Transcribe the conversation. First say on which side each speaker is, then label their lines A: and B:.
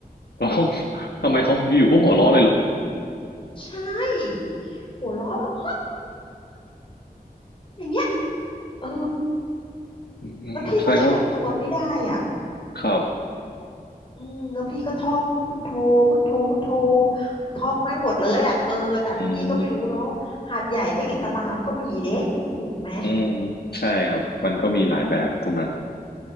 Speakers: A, on the left; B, on the left.
A: แล้วเขาทำไมเขาอยู่ก็หัวเราะเลยเหรอ
B: ใช่หัวเราะแบบ อย่างเงี้ยเออ
A: อืมแสดงว่า
B: แล้วพี่ก็ขยับตัวไม่ได้อ่ะ
A: ครับ
B: อืมแล้วพี่ก็ท่องพุทโธพุทโธพุทโธท่องแม่งหมดเลยอ่ะเออแต่พี่ก็ไม่รู้เนาะ
A: อืม
B: หาดใหญ่ก็อิสลามก็มีเด้ถูกไหม
A: อืมใช่ครับมันก็มีหลายแบบตรงนั้น
B: อืม